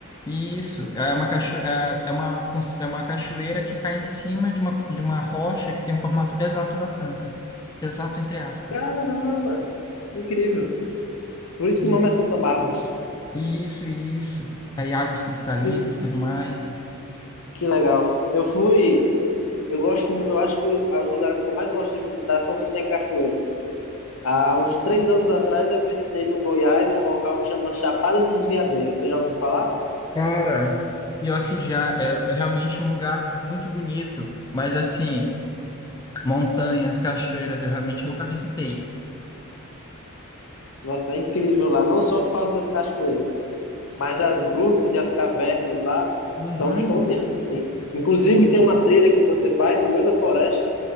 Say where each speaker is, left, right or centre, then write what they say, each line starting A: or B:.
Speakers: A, on the left; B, on the left.
A: e Isso, é uma, cacho... é é uma, cons- é uma cachoeira que cai em cima de uma, de uma rocha que tem o formato exato da Santa. Exato, entre aspas.
B: Caramba! Incrível. Por isso
A: E-
B: que o nome é Santa Bárbara.
A: Isso, isso. Aí águas cristalinas
B: Hum,
A: e tudo mais.
B: Que legal. Eu fui. Eu gosto. Eu acho que os lugares que eu mais gosto de visitar são que tem cachoeira. Há uns três anos atrás eu visitei no Goiás um local que chama Chapada dos Veadeiros. Você já ouviu falar?
A: Cara, pior que já é, é realmente um lugar muito bonito. Mas assim, montanhas, cachoeiras, eu realmente nunca visitei.
B: Nossa, é incrível lá. Não só por causa das cachoeiras. Mas as grutas e as cavernas lá
A: Uhum.
B: são estonteantes, assim. Inclusive, tem uma trilha que você faz no meio da floresta,